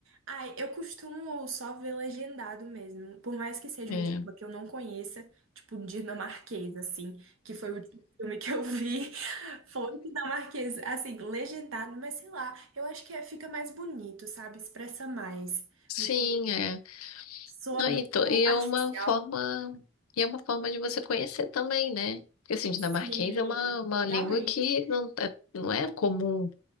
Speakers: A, on the right; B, on the left.
A: Ai, eu costumo só ver legendado mesmo, por mais que seja
B: É.
A: um idioma que eu não conheça, tipo um dinamarquês, assim, que foi o último filme que eu vi, <laughs> foi dinamarquês, assim, legendado, mas sei lá, eu acho que é- fica mais bonito, sabe? Expressa mais
B: Sim,
A: do que
B: é.
A: soa
B: Não,
A: muito
B: E to- e é
A: artificial.
B: uma forma, e é uma forma de você conhecer também, né? Porque assim, dinamarquês
A: Sim,
B: é uma, uma
A: totalmente.
B: língua que não, é- não é comum.